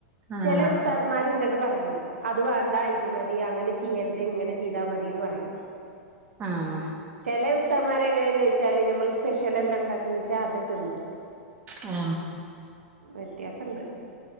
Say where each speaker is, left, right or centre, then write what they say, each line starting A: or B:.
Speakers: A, on the right; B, on the right.
A: ആഹ്
B: ചെലെ ഉസ്താ ഉസ്താദ് മാരി ഇങ്ങട്ട് പറയും അത് വേണ്ടാ ഇത് മതി അങ്ങനെ ചെയ്യരുത് ഇങ്ങനെ ചെയ്താ മതിന്ന് പറയും
A: ആഹ്
B: ചെലെ ഉസ്തമാരെ എങ്ങനാ ചോയിച്ചാല് നമ്മള് സ്പെഷ്യൽ എന്താ ഉണ്ടാക്കണ് ച്ചാ അത് തിന്നു
A: ആ
B: വ്യത്യാസണ്ട്